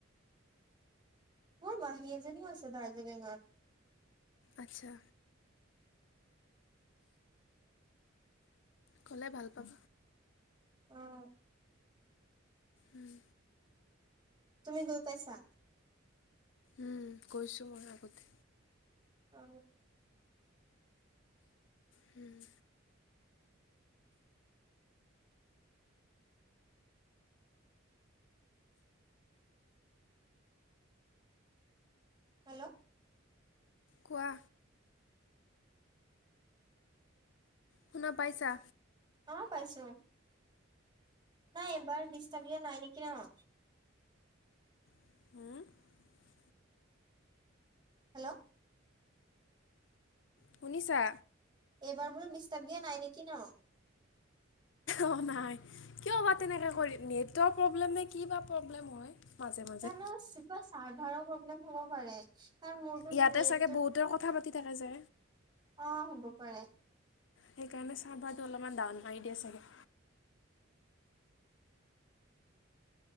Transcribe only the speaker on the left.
আচ্ছা। ক'লে ভাল পাম।
উ'ম।
উ'ম। গৈছো মই আগতে
হু'ম।
কোৱা। শুনা পাইছা।
<unintelligible>
শুনিছা।
অ' নাই। কিয় বা তেনেকে
কৰি নেট। তেওঁ প্ৰব্লেম নে কি বা প্ৰব্লেম হয়? মাজে মাজে
ইয়াতে
চাগে বহুতৰ কথা পাতি থাকে যে।
সেইকাৰণে চাৰ্ভাৰতো অলপমান ডাউন মাৰি দিয়ে চাগে।